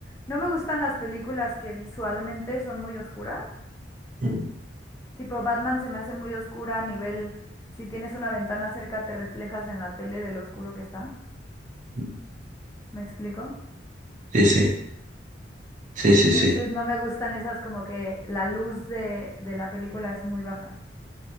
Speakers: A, on the left; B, on the right.
A: no me gustan las películas que visualmente son muy oscuras.
B: mm,
A: Tipo, Batman se me hace muy oscura a nivel, si tienes una ventana cerca, te reflejas en la tele de lo oscuro que está.
B: mm.
A: ¿Me explico?
B: Sí, sí, sí,
A: Entonces
B: sí, sí.
A: no me gustan esas como que la luz de, de la película es muy baja.